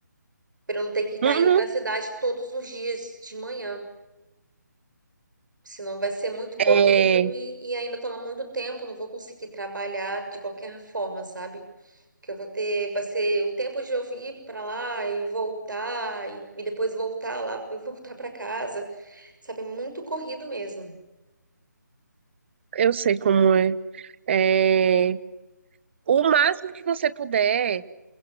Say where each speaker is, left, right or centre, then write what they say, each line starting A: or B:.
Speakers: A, on the right; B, on the right.
A: Para eu não ter que estar
B: Uhum.
A: indo para a cidade todos os dias de manhã. Senão vai ser muito corrido
B: É,
A: e, e ainda toma muito tempo, não vou conseguir trabalhar de qualquer forma, sabe? Porque eu vou ter, vai ser o tempo de eu ir para lá e voltar e, e depois voltar lá e voltar para casa, sabe? É Muito corrido mesmo.
B: Eu sei como é. É, O máximo que você puder,